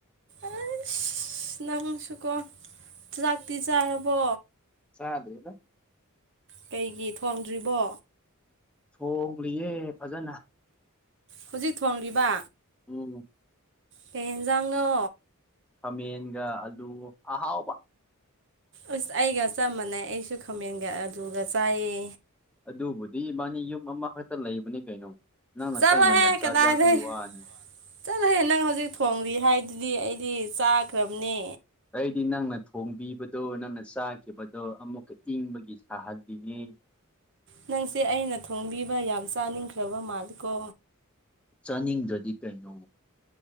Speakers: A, on the right; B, in the centre.
A: ꯑꯩꯁ ꯅꯪꯁꯨꯀꯣ ꯆꯥꯛꯇꯤ ꯆꯥꯔꯕꯣ
B: ꯆꯥꯗꯔ꯭ꯤꯗꯥ
A: ꯀꯩꯒꯤ ꯊꯣꯡꯗ꯭ꯔꯤꯕꯣ
B: ꯊꯣꯡꯂꯤꯌꯦ ꯐꯖꯅꯥ
A: ꯍꯧꯖꯤꯛ ꯊꯣꯡꯂꯤꯕꯥ
B: ꯎꯝ
A: ꯀꯩ ꯍꯦꯟꯖꯥꯡꯅꯣ
B: ꯈꯥꯃꯦꯟꯒꯥ ꯑꯂꯨ ꯑꯍꯥꯎꯕꯥ
A: ꯑꯥꯁ ꯑꯩꯒ ꯆꯞ ꯃꯥꯟꯅꯩ ꯑꯩꯁꯨ ꯈꯥꯃꯦꯟꯒ ꯑꯂꯨꯒ ꯆꯥꯏꯌꯦ
B: ꯑꯗꯨꯕꯨꯗꯤ ꯏꯕꯥꯅꯤ ꯌꯨꯝꯑꯃꯈꯛꯇ ꯂꯩꯕꯅꯤ ꯀꯩꯅꯣ ꯅꯪꯅ
A: ꯆꯠꯂꯣꯍꯦ
B: ꯈꯔ ꯉꯟꯅ ꯆꯥꯖꯕꯩ
A: ꯀꯗꯥꯏꯗꯩ
B: ꯋꯥꯅꯤ
A: ꯆꯠꯂꯣꯍꯦ ꯅꯪꯍꯧꯖꯤꯛ ꯊꯣꯡꯂꯤ ꯍꯥꯏꯗꯨꯗꯤ ꯑꯩ ꯗꯤ ꯆꯥꯒ꯭ꯔꯕꯅꯦ
B: ꯑꯩꯗꯤ ꯅꯪꯅ ꯊꯣꯡꯕꯤꯕꯗꯣ ꯅꯪꯅ ꯆꯥꯈꯤꯕꯗꯣ ꯑꯃꯨꯛꯀ ꯏꯪꯕꯒꯤ ꯁꯥꯍꯜꯂꯤꯅꯦ
A: ꯅꯪꯁꯦ ꯑꯩꯅ ꯊꯣꯡꯕꯤꯕ ꯌꯥꯝ ꯆꯥꯅꯤꯡꯈ꯭ꯔꯕ ꯃꯥꯜꯂꯤꯀꯣ
B: ꯆꯥꯅꯤꯡꯗ꯭ꯔꯗꯤ ꯀꯩꯅꯣ